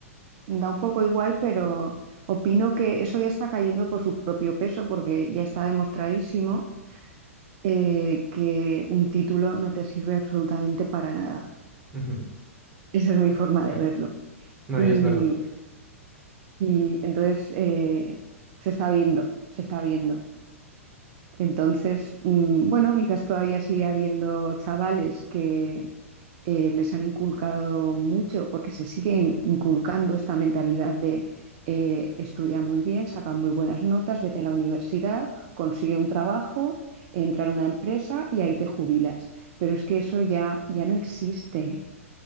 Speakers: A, on the right (about 40°); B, on the right (about 20°).
A: da un poco igual, pero opino que eso ya está cayendo por su propio peso, porque ya está demostradísimo eh, que un título no te sirve absolutamente para nada.
B: Ujú.
A: Esa es mi forma de
B: Eh,
A: verlo.
B: No,
A: Y,
B: y es verdad.
A: y entonces eh, se está viendo, se está viendo. Entonces, mm, bueno, quizás todavía sigue habiendo chavales que eh, les han inculcado mucho, porque se sigue in- inculcando esta mentalidad de eh, estudia muy bien, saca muy buenas notas, vete a la universidad, consigue un trabajo, entra en una empresa y ahí te jubilas. Pero es que eso ya, ya no existe